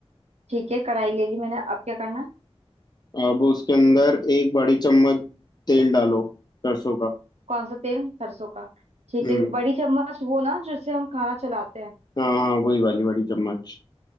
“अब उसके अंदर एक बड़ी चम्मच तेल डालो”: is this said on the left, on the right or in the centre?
Left